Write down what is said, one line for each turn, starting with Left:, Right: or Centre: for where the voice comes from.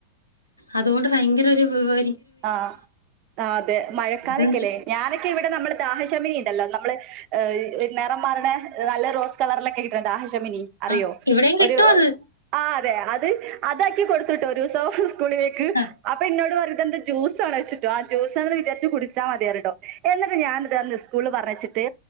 Left: അതുകൊണ്ട് ഭയങ്കര ഒരു വിവോ
Right: ആഹ് ആ അതെ മഴക്കാലക്കെല്ലേ
Left: അത്
Right: ഞാനൊക്കെ ഇവിടെ നമ്മള് ദാഹശമിനിണ്ടല്ലോ നമ്മള് ഏ നെറം മാറ്ണെ നല്ല റോസ് കളർലൊക്കെ കിട്ടണ ദാഹ ശമിനി അറിയോ
Left: ആഹ് ഇവിടെയും കിട്ടും
Right: ഒരു
Left: അത്
Right: ആഹ് അതെ അത് അതാക്കി കൊടുത്തുട്ടോ ഒരൂസം സ്കൂളിലേക്ക്
Left: ആ,
Right: അപ്പ ഇന്നോട് പറി തെന്ത്‌ ജ്യൂസ് ആണോച്ച്ട്ടോ ആ ജ്യൂസാണ്ന്ന് വിചാരിച്ച് കുടിച്ചാ മതിയറിട്ടോ. എന്നിട്ട് ഞാനതന്ന് സ്കൂള് പറഞ്ഞച്ചിട്ട്